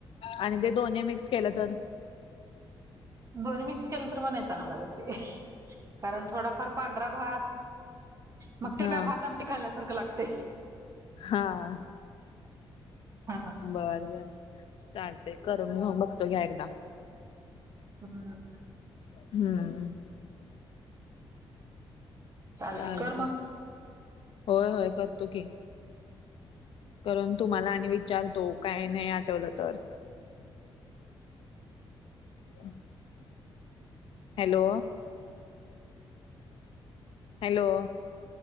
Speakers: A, on the left; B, on the right.
A: आणि ते दोन्ही मिक्स केलं तर
B: दोन मिक्स केलं, तर मग नाय चांगलं लागत ते, कारण थोडाफार पा ढरा भात, मग ते
A: हा
B: काय भातन आमटी खाल्ल्यासारखं लागतय.
A: हां.
B: हा
A: बर बर चालते, करून म बघतो घ्या, एकदा.
B: हम्म.
A: हम्म.
B: चालते
A: चालतयं.
B: कर मग
A: होय होय, करतो की. करून तुम्हाला आणि विचारतो, काय नाही आठवलं तर. ह <inaudible> हॅलो? हॅलो?